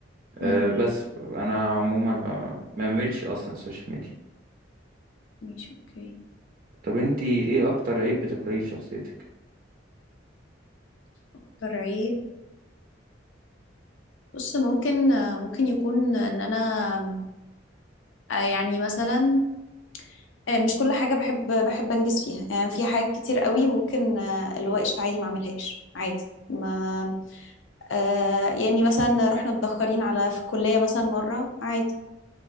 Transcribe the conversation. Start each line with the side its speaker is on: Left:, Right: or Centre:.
Left: امم
Right: أه بس أنا عموما ما ما بميلش أصلا السوشيال ميديا
Left: ماشي اوكي
Right: طب أنتي إيه أكتر عيب بتكرهيه في شخصيتك؟
Left: اكتر عيب بص ممكن آه، ممكن يكون ان انا آه، يعني مثلا آه، مش كل حاجة بحب بحب انجز فيها يعني في حاجات كتير قوي ممكن آه، اللي هو قشطة عادي ما اعملهاش عادي ما آه، يعني مثلا رحنا متأخرين على في الكلية مثلا مرة عادي